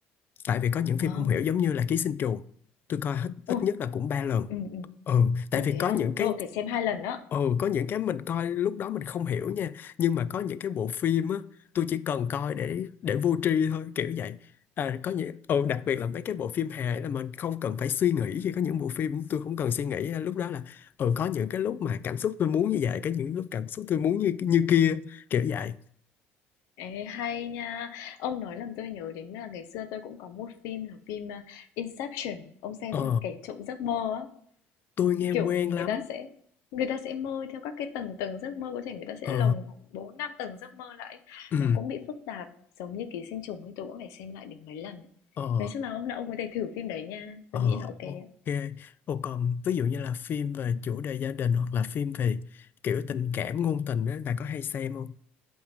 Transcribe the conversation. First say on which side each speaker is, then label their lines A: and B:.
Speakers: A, on the left; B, on the left.
A: tại vì có những
B: Wow!
A: phim không hiểu giống như là Ký sinh trùng tôi coi hết ít
B: ui
A: nhất là cũng ba lần
B: ừ ừ
A: ừ
B: Ồ,
A: tại vì
B: thế
A: có
B: à?
A: những cái
B: Tôi phải xem 2 lần đó.
A: Ừ, có những cái mình coi lúc đó mình không hiểu nha nhưng mà có những cái bộ phim á tôi chỉ cần coi để để vô tri thôi kiểu vậy à, có những ừ, đặc biệt là mấy cái bộ phim hài là mình không cần phải suy nghĩ khi có những bộ phim tôi không cần suy nghĩ lúc đó là ừ, có những cái lúc mà cảm xúc tôi muốn như vậy có những lúc cảm xúc tôi muốn như như kia kiểu vậy
B: Ê, hay nha! Ông nói làm tôi nhớ đến là ngày xưa tôi cũng có một phim là phim, a, Inception, ông xem
A: ờ
B: chưa? Kẻ trộm giấc mơ á.
A: tôi nghe
B: Kiểu,
A: quen
B: người
A: lắm
B: ta sẽ người ta sẽ mơ theo các cái tầng tầng giấc mơ, có thể người ta sẽ
A: ờ
B: lồng khoảng 4 5 tầng giấc mơ lại
A: ừ
B: Nó cũng bị phức tạp, giống như Ký Sinh Trùng ấy, tôi cũng phải xem lại đến mấy lần ấy.
A: ờ
B: Nói chung là hôm nào ông có thể thử phim đấy nha,
A: Ờ,
B: tôi nghĩ là ok á.
A: ok. Ồ, còn ví dụ như là phim về chủ đề gia đình hoặc là phim về kiểu tình cảm ngôn tình đó, bà có hay xem không?